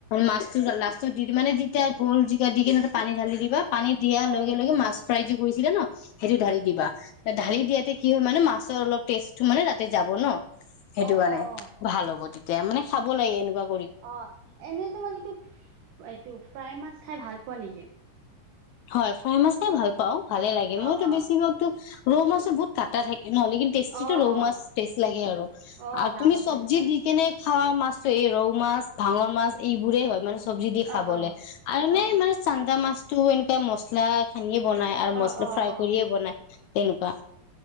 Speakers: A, on the left; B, on the right.
A: মাছটো লাষ্টটত দি দিবা মানে যেতিয়া ভোল, জিকা দি খেনে পান ঢালি দিবা। পানীত দিয়া
B: অ অ
A: লগে
B: অ
A: লগে মাছ ফ্ৰাই যে কৰিছিলে ন সেইটো ঢালি দিবা, ঢালি দিয়াতে- কি হয় মানে মাছৰ অলপ টেষ্টটো মানে তাতে যাব ন সেইটোৰ
B: অ
A: কাৰানে
B: অ অ
A: ভাল হ'ব তেতি - তেতিয়া মান খাব লাগে এনেকুৱাকে।
B: অ এনেই মই কিন্তু, এইটো ফ্ৰাই মাছ খাই ভাল পোৱা নেকি?
A: হয় ফ্ৰাই মাছটাই ভাল পাও, ভালেই লাগে।
B: অ
A: মইতো
B: অ
A: বেছিভাগতো ৰৌ মাছটো বহুত কাটা থাকে - নহলে কিন্তু টেষ্টিটো
B: অ
A: ৰৌ
B: অ
A: মাছ টেষ্ট লাগে আৰু
B: অ
A: আৰু
B: ডাঙৰ
A: তুমি চব্জিত
B: যে সেইটো কাৰণে
A: দি কেনে - খোৱা মাছতো এই ৰৌ মাছ, ভাঙন মাছ এইবোৰে হয় মানে- চবজি দি খাবলে,
B: অ অ
A: আৰু ন
B: অ
A: মানে চান্দা মাছটো এনেকুৱা মছলা সানি - বনাই আৰু
B: অ
A: মছলা
B: অ অ
A: ফ্ৰাই
B: অ
A: কৰিয়ে বনাই তেনেকুৱা।